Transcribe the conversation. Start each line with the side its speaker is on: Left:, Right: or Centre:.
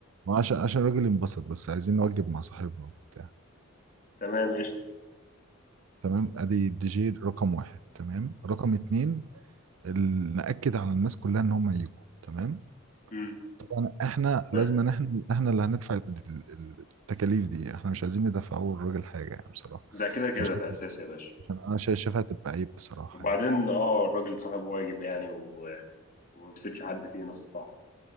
Right: ما عشان عشان الراجل ينبسط بس عايزين نوجب مع صاحبنا وبتاع
Left: <laughs> تمام قشطة
Right: تمام ادي الدي جي رقم واحد تمام رقم اتنين ال- نأكد على الناس كلها ان هم يجوا تمام
Left: مم.
Right: طبعا احنا
Left: تمام
Right: لازم إن احنا احنا اللي هندفع ال- ال- التكاليف دي احنا مش عايزين ندفعوا الراجل حاجه يعني بصراحه
Left: ده كده كده
Right: عشان شايف
Left: ده اساسي يا باشا
Right: عشان انا شايف- شايفها هتبقى عيب بصراحه
Left: وبعدين
Right: يعني
Left: اه الراجل صاحب واجب يعني و- وما بيسيبش حد فينا الصراحة